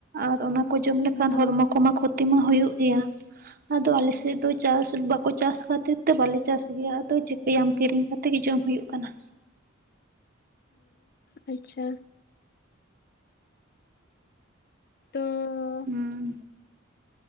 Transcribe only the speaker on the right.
ᱟᱨ ᱚᱱᱟ ᱠᱚ ᱡᱚᱢ
ᱞᱮᱠᱷᱟᱱ ᱦᱚᱲᱢᱚ ᱠᱚᱢᱟ ᱠᱷᱚᱛᱤ ᱢᱟ ᱦᱩᱭᱩᱜ‌ ᱜᱮᱭᱟ᱾ ᱟᱫᱚ ᱟᱞᱮᱥᱮᱫ ᱫᱚ ᱪᱟᱥ ᱵᱟᱠᱚ ᱪᱟᱥ ᱠᱷᱟᱹᱛᱤᱨ ᱛᱮ ᱵᱟᱞᱮ ᱪᱟᱥ ᱜᱮᱭᱟ ᱟᱫᱚ ᱪᱮᱫ ᱪᱤᱠᱟᱹᱭᱟᱢ ᱠᱤᱨᱤᱧ ᱠᱟᱛᱮ ᱜᱮ ᱡᱚᱢ ᱦᱩᱭᱩᱜ ᱠᱟᱱᱟ᱾
ᱦᱩᱸ